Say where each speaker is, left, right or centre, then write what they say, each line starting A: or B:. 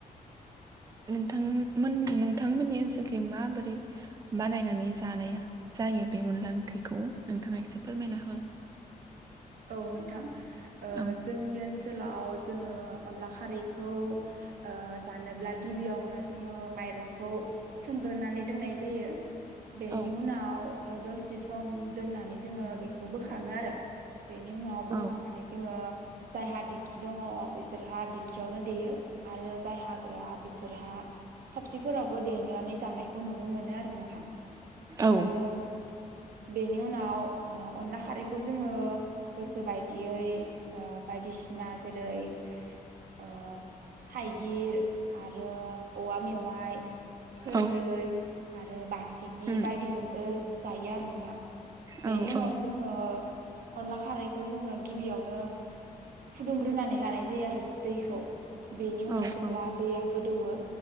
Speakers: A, on the right; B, on the right.
A: नोंथांमोन नोंथांमोननि ओनसोलथि माबोरै बानायनानै जानाय जायो बे अनला ओंख्रिखौ नोंथाङा एसे फोरमायना हो,
B: अ नोंथां ओ
A: औ
B: जोंनि ओनस दोलाव जोङो अनला खारैखौ ओ जानोब्ला गिबियावनो जोङो माइरंखौ सोमग्रोनानै दोननाय जायो। बेनि
A: औ
B: उनाव दसे सम दोननानै जोङो बे औ बोखाङो आरो बेनि उनाव बोखांनानै
A: औ
B: जोङो जायहा दिंखि दङ बिसोरहा दिंखियावनो देयो आरो जायहा गैया बिसोरहा थबसिफोरावबो देनानै जानाय, बो नुनो मोनो आरो नोंथां
A: औ
B: आरो बेनि उनाव ओ अनला हारै खौ जोङो गोसो बायदियै ओ बायदिसिना जेरै ओ थाइगिर आरो औवा मेवाय खोरदै
A: औ
B: आरो बा सिगि
A: उम
B: बायदिजोंबो जायो आरो नोंथा
A: औ
B: बेनि उनाव
A: औ
B: जोङो अनला खारैखौ जोङो गिबियावनो फुदुंग्रोनानै लानाय जायो आरो दैखौ बेनि उनाव
A: औ
B: जेब्ला
A: औ
B: दैया गोदौवो